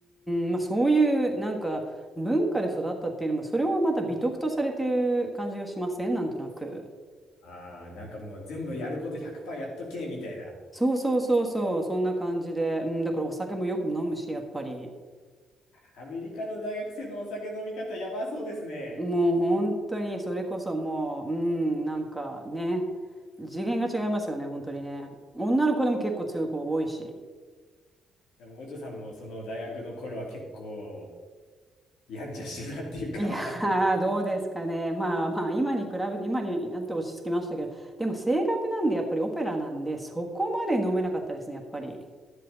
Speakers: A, in the centre; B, on the left.
A: ん、まあそういうなんか文化で育ったっていうのも、それはまた美徳とされてる感じがしませんなんとなく。
B: ああ、なんかもう全部やること100%やっとけ、みたいな。
A: そうそうそうそう、そんな感じで。うん、だからお酒もよく飲むし、やっぱり。
B: アメリカの大学生のお酒飲み方やばそうですね。
A: もう本当に、それこそもう、うん、なんかね、次元が違いますよね、本当にね。女の子でも結構強い子多いし。
B: でも、お嬢さんもその大学の頃は結構、やんちゃしてたっていうか
A: いやー、どうですかね。まあまあ、今に比べて、今になって落ち着きましたけど、でも性格なんで、やっぱりオペラなんで、そこまで飲めなかったですね、
B: <laughs> あ
A: やっぱり。